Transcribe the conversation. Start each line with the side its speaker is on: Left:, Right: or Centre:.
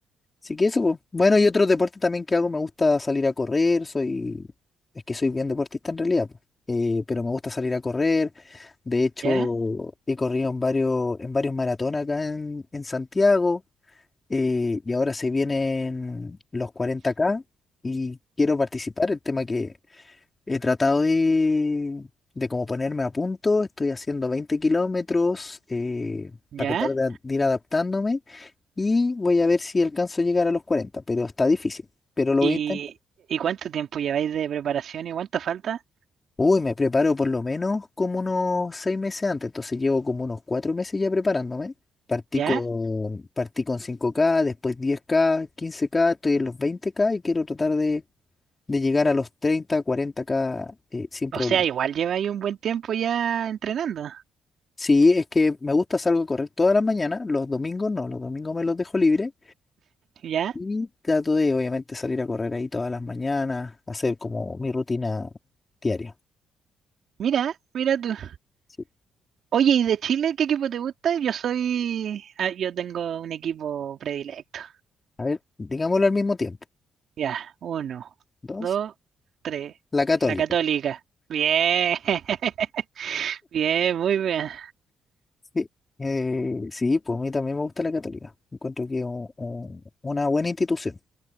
Left: Así que eso, po. Bueno, y otro deporte también que hago, me gusta salir a correr, soy, es que soy bien deportista en realidad, po. Eh, pero me gusta salir a correr. De hecho,
Right: ¿Ya?
Left: he corrido en varios, en varios maratones acá en, en Santiago. eh, y ahora se vienen los 40K y quiero participar. El tema que he tratado de, de como ponerme a punto, estoy haciendo 20 kilómetros eh,
Right: ¿Ya?
Left: para tratar de, de ir adaptándome y voy a ver si alcanzo a llegar a los 40, pero está difícil, pero lo
Right: ¿Y,
Left: voy a intentar.
Right: y cuánto tiempo lleváis de preparación y cuánto falta?
Left: Uy, me preparo por lo menos como unos seis meses antes, entonces llevo como unos cuatro meses ya preparándome. Partí
Right: ¿Ya?
Left: con, partí con 5K, después 10K, 15K, estoy en los 20K y quiero tratar de, de llegar a los treinta cuarenta k eh, sin problema.
Right: O sea, igual lleváis un buen tiempo ya entrenando.
Left: Sí, es que me gusta salir a correr todas las mañanas, los domingos no, los domingos me los dejo libre
Right: ¿Ya?
Left: y trato de obviamente salir a correr ahí todas las mañanas, hacer como mi rutina diaria.
Right: Mira, mira tú.
Left: Sí.
Right: Oye, ¿y de Chile qué equipo te gusta? Yo soy... ah, yo tengo un equipo predilecto.
Left: A ver, digámoslo al mismo tiempo.
Right: Ya, uno,
Left: Dos,
Right: dos, tres.
Left: la católica.
Right: La católica. Bien. <laughs> Bien, muy bien.
Left: Sí, eh, sí, pues a mí también me gusta la católica. Encuentro que es un- un- una buena institución.